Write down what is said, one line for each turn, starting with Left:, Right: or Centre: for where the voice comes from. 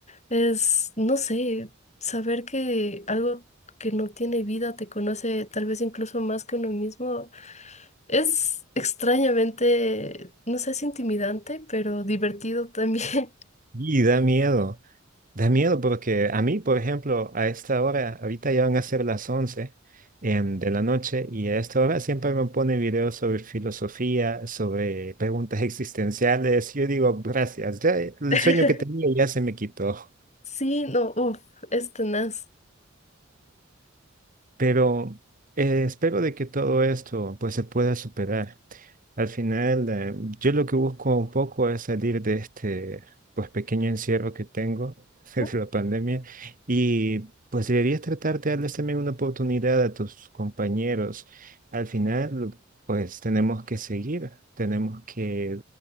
Left: Es, no sé, saber que algo que no tiene vida te conoce tal vez incluso más que uno mismo es extrañamente, no sé si intimidante, pero divertido también.
Right: Y da miedo, da miedo porque a mí, por ejemplo, a esta hora, ahorita ya van a ser las 11 em, de la noche y a esta hora siempre me pone videos sobre filosofía, sobre preguntas existenciales. Yo digo, gracias, ya el
Left: <laughs>
Right: sueño que tenía ya se me quitó.
Left: Sí, no, uff, es tenaz.
Right: Pero eh, espero de que todo esto pues se pueda superar. Al final, eh, yo lo que busco un poco es salir de este pues pequeño encierro que tengo <laughs> desde
Left: Ujú.
Right: la pandemia y pues deberías tratar de darles también una oportunidad a tus compañeros. Al final, pues tenemos que seguir, tenemos que